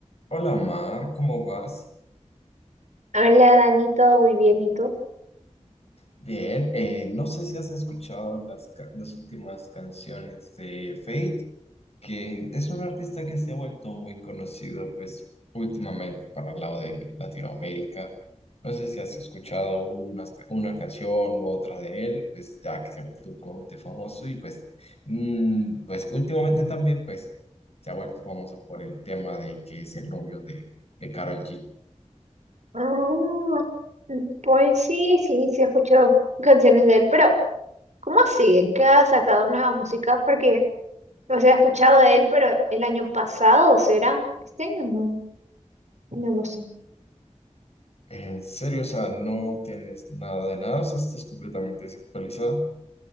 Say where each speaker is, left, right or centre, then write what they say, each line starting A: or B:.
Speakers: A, on the left; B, on the right.
A: Hola Mar, ¿cómo vas?
B: Hola Dani, todo muy bien, ¿y tú?
A: Bien, eh, no sé si has escuchado las, ca- las últimas canciones de Fate, que es un artista que se ha vuelto muy conocido, pues últimamente para el lado de Latinoamérica. No sé si has escuchado unas ca- una canción u otra de él, pues ya que se ha vuelto últimamente famoso y pues, mm, pues últimamente también pues se ha vuelto famoso por el tema de que es el novio de, de Karol G.
B: Mm, pues sí, sí, sí he escuchado canciones de él, pero ¿cómo siguen? ¿Qué ha sacado nueva música? Porque, o sea, he escuchado de él, pero el año pasado, ¿será? ¿Este año? No, no lo sé.
A: En serio, o sea, no tienes nada de nada, o sea, estás completamente desactualizado.